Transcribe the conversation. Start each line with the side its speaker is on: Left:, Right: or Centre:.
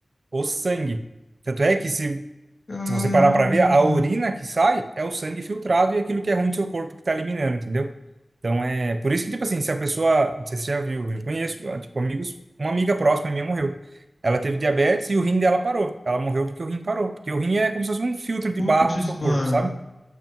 Right: o sangue. Tanto é que se,
Left: Caramba,
Right: se você parar para ver, a
Left: mano.
Right: urina que sai é o sangue filtrado e aquilo que é ruim do seu corpo que está eliminando, entendeu? Então é por isso que, tipo assim, se a pessoa, não sei se você já viu, eu conheço, ah, tipo, amigos, uma amiga próxima minha morreu. Ela teve diabetes e o rim dela parou. Ela morreu porque o rim parou. Porque o rim é como se fosse um filtro de
Left: Putz,
Right: barro no seu
Left: mano.
Right: corpo, sabe?